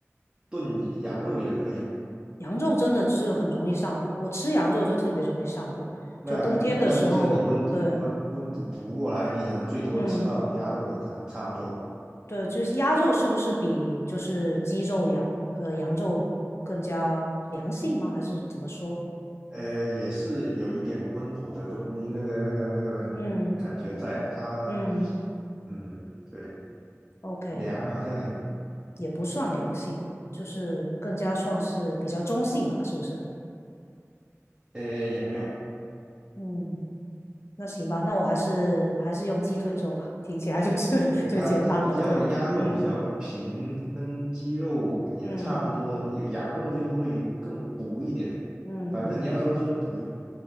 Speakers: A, on the right (about 15°); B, on the left (about 55°).
A: 炖羊肉也可以啊。
B: 羊肉真的是很容易上火，我吃羊肉就特别容易上火，
A: 那那那就是你温补温温补补不过来，
B: 就冬天的时候，对，
A: 你可能最多吃到鸭肉都可能差不多了。
B: 嗯。对，就是鸭肉是不是比就是鸡肉、羊呃羊肉更加良性吗？还是怎么说？
A: 呃，也是有一点温补的东那个那个那个感觉在的。
B: 嗯
A: 它，
B: 嗯
A: 嗯，对，
B: ，OK，
A: 凉好像也
B: 也不算良性，就是更加算是比较中性吧，是不是？
A: 呃也没有。
B: 嗯，那行吧，那我还是还是用鸡腿肉吧，听起来就是 <laughs>
A: 对，它它比较鸭肉比较平，
B: 最简单了。对，嗯
A: 跟鸡肉也差不多，
B: 嗯
A: 有羊肉就会更补一点。
B: 嗯
A: 反正你要说是补